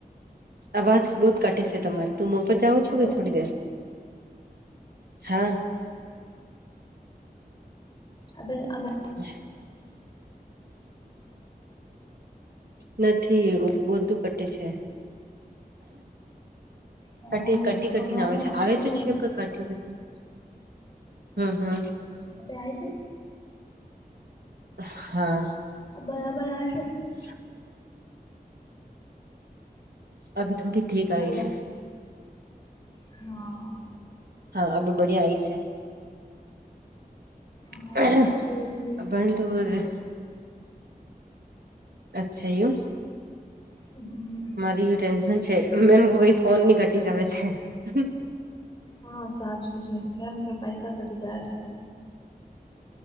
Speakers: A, on the right (about 75°); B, on the left (about 30°).
A: અવાજ બહુત કટે છે તમારો. તુમ ઉપર જાઉં છુંઈ
B: હલો
A: થોડી દેર? હા.
B: આવે ને અવે?
A: <unintelligible> નથી, બધું કટે છે.
B: હા
A: કટી કટી કટીને
B: કમરામાં
A: છે
B: શું
A: આવે છે આવે તો છે પણ કટી કટી ને. હમ. હમ.
B: અવે આવે છે?
A: હા.
B: બરાબર આવે છે ને?
A: <unintelligible> અબી થોડી ઠીક આયી
B: હલો
A: છે.
B: હા
A: હા, અબ બઢિયા આઈ સે. <unintelligible>
B: હા હું પણ સુઈ ગઈ હતી
A: અચ્છા એવું છે?
B: હમ
A: મારી એ ટેન્શન છે <unintelligible> ફોનની <unintelligible> આવે છે હમ્મ.
B: હા સાચું છે. કેમ કે પૈસા કટી જાય છે.